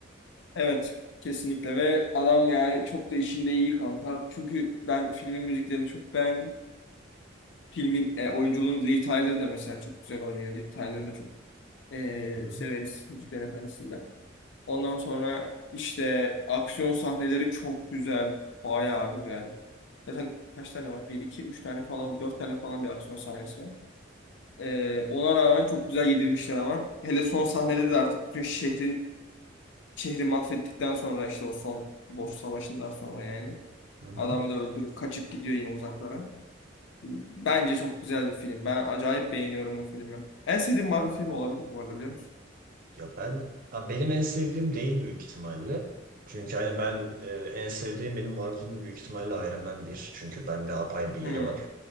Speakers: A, on the left; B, on the right.
A: Evet. Kesinlikle ve adam yani çok da işinde iyi kanka. Çünkü ben filmin müziklerini çok beğendim. Filmin e, oyunculuğunu Liv Tyler da mesela çok güzel oynuyor. Liv Tyler'ı da çok e,
B: Hı hı.
A: severiz Müzikler Efendisi'nde. Ondan sonra işte aksiyon sahneleri çok güzel. Bayağı güzel. Zaten kaç tane var? Bir, iki, üç tane falan, dört tane falan bir aksiyon sahnesi var. Ee, ona rağmen çok güzel yedirmişler ama. Hele son sahnede de artık bütün şehrin şehri mahvettikten sonra işte o son boss savaşından sonra yani.
B: Hı hı.
A: Adamı da öldürüp kaçıp gidiyor yine uzaklara. Bence çok güzel bir film. Ben acayip beğeniyorum o filmi. En sevdiğim Marvel
B: Ya,
A: filmi olabilir bu arada biliyor musun?
B: ya ben ya benim en sevdiğim değil büyük ihtimalle. Çünkü hani ben e, en sevdiğim benim Marvel'ın büyük ihtimalle Iron Man 1. Çünkü bende apayrı bir yeri
A: Hmm.
B: var.